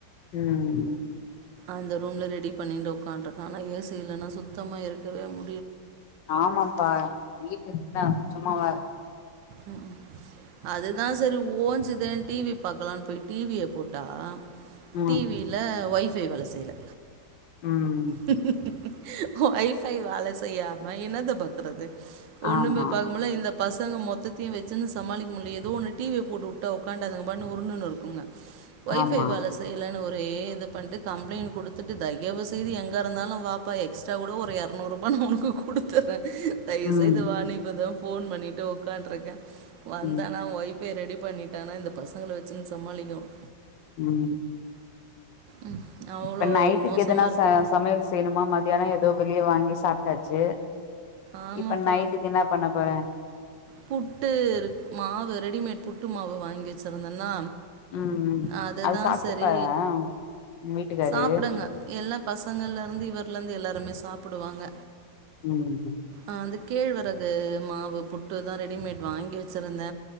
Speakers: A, on the left; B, on the right.
A: உம்
B: அந்த ரூம்ல ரெடி பண்ணிட்டு உக்காண்டு இருக்கேன் ஆனா ஏசி இல்லனா சுத்தமா இருக்கவே மு
A: ஆமாப்பா வீட்டு இருந்தான் சும்மாவ
B: உம் அதுதான் சரி ஓஞ்சுதேனு டிவி பாக்கலாம்னு போய் டிவிய போட்டா
A: உம்
B: டிவில வைஃப் வைஃபை வேல செய்யல
A: உம்
B: <inaudible> வைஃபை வேல செய்யாம என்னத பாக்குறது ஒண்ணுமே
A: ஆமா
B: பாக்க முடில இந்த பசங்க மொத்த த்தையும் வச்சுனு சமாளிக்க முடியல ஏதோ ஒன்னு டிவை போட்டுடா உக்காந்துகுனு அதுங்க பாட்டு உருண்டுட்டு இருக்குங்க வைஃபை
A: ஆமா
B: வேல செய்யல ஒரே இது பண்ட்டு கம்ப்ளைண்ட் குடுத்துட்டு தயவு செய்து எங்க இருந்தாலும் வாப்பா எக்ஸ்ட்ரா கூட ஒரு இரணூருபா உனக்கு குடுத்துறேன் தயவு
A: உம்
B: செய்துவான்னு இப்ப தான் போன் பண்ணிட்டு உக்கா இருக்கேன் வந்தானா
A: உம்
B: வைஃப் போர் ரெடி பண்ணிட்டானா இந்த பசங்கள வச்சுன்னு சமாளிக்கணும்
A: ம்
B: ம் அவ்ளோ
A: இப்ப நைட்டுக்கு
B: மோசமா
A: எதனா
B: இருக்கு
A: ச சமையல் செய்யணுமா மத்தியானம் வெளிய வாங்கி சாப்பட்டாச்சு
B: ஆமாப்பா
A: இப்ப நைட்டுக்கு என்ன பண்ண போறேன்
B: புட்டு இ மாவு ரெடிமேட் புட்டு மாவு வாங்கி வச்சிருந்தேன்னா
A: ம் ம்
B: அததுதான்
A: அது சாப்ட்டு
B: செரி
A: பாரே உங்க வீட்டுக்காரு
B: சாப்படுங்க எல்லா பசங்கள்ல இருந்து இவருலருந்து எல்லாருமே சாப்பி ப்டுவாங்க
A: ம் ம்
B: ஆ அது கேழ்வரகு மாவு புட்டு தான் ரெடிமேட் வாங்கி வச்சிருந்த